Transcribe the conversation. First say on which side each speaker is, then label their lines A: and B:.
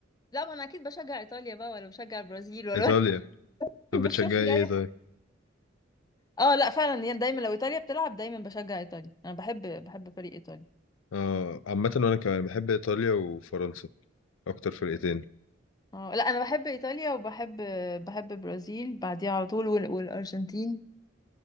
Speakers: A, on the left; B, on the left.
A: لا ما انا اكيد بشجع ايطاليا بقى ولا بشجع البرازيل ولا
B: ايطاليا
A: <laughs>
B: طب
A: بشوف
B: بتشجعي
A: لي اي
B: ايه طيب؟
A: حاجه اه لا فعلا يعني دايما لو ايطاليا بتلعب دايما بشجع ايطاليا انا بحب بحب فريق ايطاليا
B: آه عامة وأنا كمان بحب إيطاليا وفرنسا أكتر فرقتين
A: اه لا انا بحب ايطاليا وبحب بحب البرازيل بعديها على طول وال... والارجنتين